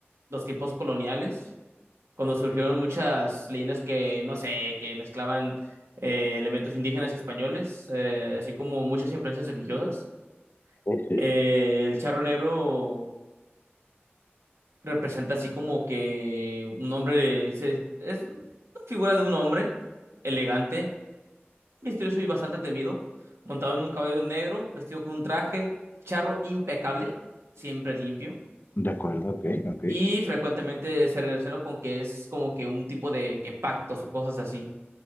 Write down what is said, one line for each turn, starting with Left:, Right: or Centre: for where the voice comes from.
Right: los tiempos coloniales cuando surgieron muchas leyendas que, no sé, que mezclaban eh, elementos indígenas y españoles, eh, así como muchas influencias religiosas.
Left: Ok,
Right: Eh, el charro negro representa así como que un hombre, se- es una figura de un hombre elegante, misterioso y bastante temido, montado en un caballo negro, vestido con un traje charro impecable, siempre limpio.
Left: De acuerdo, ok, ok.
Right: Y frecuentemente se relaciona con que es como que un tipo de que pactos o cosas así.